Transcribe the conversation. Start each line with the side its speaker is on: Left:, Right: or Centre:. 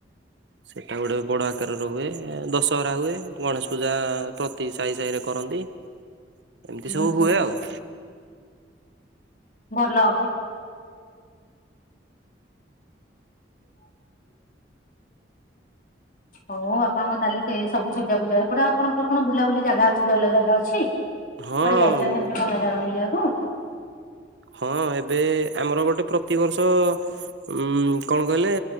Right: ସେଟା ଗୋଟେ ବଡ ଆକାରର ହୁଏ ଦଶହରା ହୁଏ ଗଣେଶ ପୂଜା ପ୍ରତି ସାହି ସାହି ରେ କରନ୍ତି ଏମିତି
Left: ହୁଁ
Right: ସବୁ ହୁଏ
Left: ହୁଁ
Right: ଆଉ।
Left: ଭଲ। <unintelligible> ହଉ ଆପଣଙ୍କ ତାହେଲେ ସେ ସବୁ ପୁଜା ଫୁଜା ଏପଟେ ଆପଣଙ୍କର କଣ ବୁଲାବୁଲି ଜାଗା ଅଛି ଭଲ ଜାଗା ଅଛି?
Right: ହଁ
Left: କୋଆଡେ ଯାଇଛନ୍ତି ଏମିତି ଭଲ ଜାଗା ବୁଲିବାକୁ?
Right: ହଁ ଏବେ ଆମର ଗୋଟେ ପ୍ରତିବର୍ଷ। ଉଁ କଣ କହିଲେ